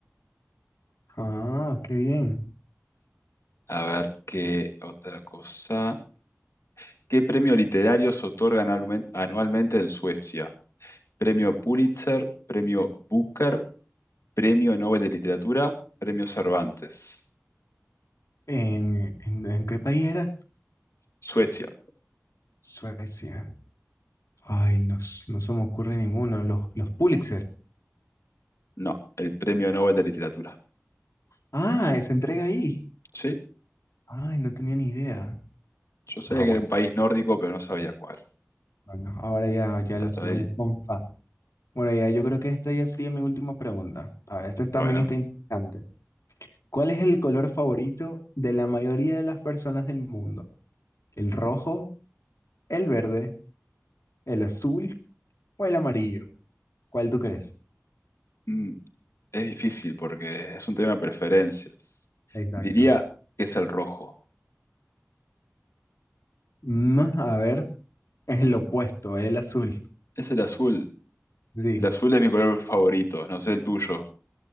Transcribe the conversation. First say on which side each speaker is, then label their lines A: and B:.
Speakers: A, on the left; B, on the left.
A: Ah, qué bien.
B: A ver, ¿qué otra cosa? ¿Qué premio literario se otorgan anualmen- anualmente en Suecia? ¿Premio Pulitzer? ¿Premio Booker? ¿Premio Nobel de Literatura? ¿Premio Cervantes?
A: ¿En, en, en qué país era?
B: Suecia.
A: Suecia. Ay, no, s- no se me ocurre ninguno. Los, los Pulitzer.
B: No, el Premio Nobel de Literatura.
A: Ah, se entrega ahí.
B: Sí,
A: Ay, no tenía ni idea.
B: yo sabía
A: Ah, bueno.
B: que era un país nórdico, pero no sabía cuál.
A: Bueno, ahora ya, ya
B: Hasta
A: lo sé,
B: ahí.
A: un fun fact. Bueno, ya yo creo que esta ya sería mi última pregunta. A ver, esta también
B: Bueno.
A: está interesante. ¿Cuál es el color favorito de la mayoría de las personas del mundo? ¿El rojo, el verde, el azul o el amarillo? ¿Cuál tú crees?
B: Mm, Es difícil porque es un tema de preferencias.
A: Exacto.
B: Diría que es el rojo.
A: Mm, a ver, es el opuesto, el azul.
B: Es el azul.
A: Sí,
B: El azul es mi color favorito, no sé el tuyo.